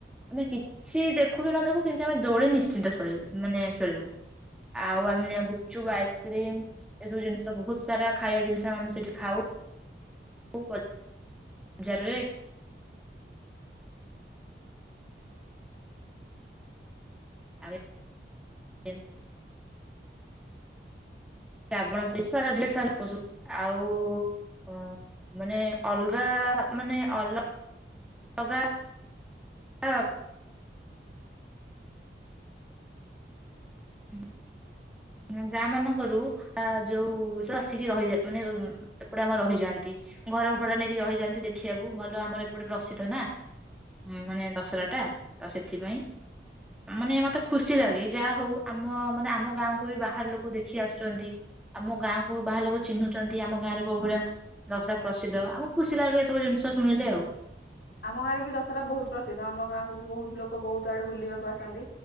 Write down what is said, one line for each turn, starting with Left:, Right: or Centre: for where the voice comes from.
Centre: ଆମେ କିଛି ଦେଖୁ କି ନ ଦେଖୁ କିନ୍ତୁ ଆମେ ଦୋଳି ନିଶ୍ଚିନ୍ତ ଖେଳୁ ମାନେ ଖେଳିବୁ, ଆଉ ଆମେ ଗୁପଚୁପ, ଆଇସ୍କ୍ରିମ ଏସବୁ ଜିନିଷ ବହୁତ ସାରା ଖାଇବା ଜିନିଷ ଆମେ ସେଠି ଖାଉ <unintelligible> ବଜାରରେ <inaudible> ଆଉ <unintelligible> ରାବଣ ପେଷର ଠେଷର <unintelligible> ଆଉ ଉଁ ମାନେ ଅଲଗା ମାନେ ଅ ଅଲଗା ଆ <inaudible> ଗାଁ ମାନଙ୍କରୁ ଆ ଯୋଉ ସବୁ ଆସିକି ରହିଯା ମାନେ ଏପଟେ ଆମର ରହିଯାଆନ୍ତି, ଘର ଭଡା ନେଇକି ରହିଯାଆନ୍ତି, ଦେଖିଆକୁ ଭଲ ଆମର ଏପଟେ ପ୍ରସିଦ୍ଧ ନା ମାନେ ଦଶରାଟା ତ ସେଥିପାଇଁ ମାନେ ମତେ ଖୁସି ଲାଗେ ଯାହଉ ଆମ ମାନେ ଆମ ଗାଁକୁ ବି ବାହାର ଲୋକ ଦେଖି ଆସୁଛନ୍ତି, ଆମ ଗାଁକୁ ବାହାର ଲୋକ ଚିହ୍ନୁଛନ୍ତି, ଆମ ଗାଁରେ କୋଉ ଭଳିଆ ଦଶରା ପ୍ରସିଦ୍ଧ ଆମକୁ ଖୁସି ଲାଗେ ଏ ସବୁ ଜିନିଷ ଶୁଣିଲେ ଆଉ।
Left: ଆମ ଗାଁରେ ବି ଦଶରା ବହୁତ ପ୍ରସିଦ୍ଧ, ଆମ ଗାଁକୁ ବି ବହୁତ ଲୋକ ବହୁତ ଆଡୁ ବୁଲିବାକୁ ଆସନ୍ତି,